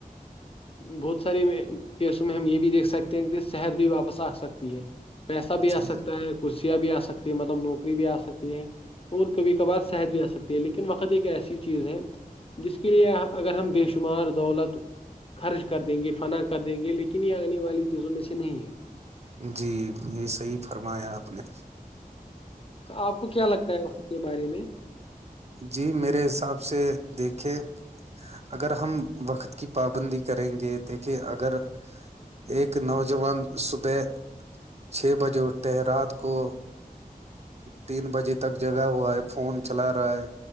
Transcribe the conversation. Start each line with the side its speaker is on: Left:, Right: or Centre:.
Left: بہت ساریے کیسوں میں ہم یہ بھی دیکھ سکتے ہیں کہ صحت بھی واپس آ سکتی ہے پیسہ بھی
Right: جی
Left: آ سکتا ہے کرسیاں بھی آ سکتی ہے مطلب نوکری بھی آ سکتی ہے اور کبھی کبھار صحت بھی آ سکتی ہے لیکن وقت ایک ایسی چیز ہے جس کے لیے اگر ہم بے شمار دولت خرچ کر دیں گے فنا کر دیں گے لیکن یہ آنے والی چیزوں میں سے نہیں ہے
Right: جی یہ صحی فرمایا آپ نے
Left: آپ کو کیا لگتا ہے وقت کے بارے میں
Right: جی میرے حساب سے دیکھے اگر ہم وقت کی پابندی کریں گے دیکھے اگر ایک نوجوان صبح چھ بجے اٹھتے ہے رات کو تین بجے تک جگا ہوا ہے فون چلا رہا ہے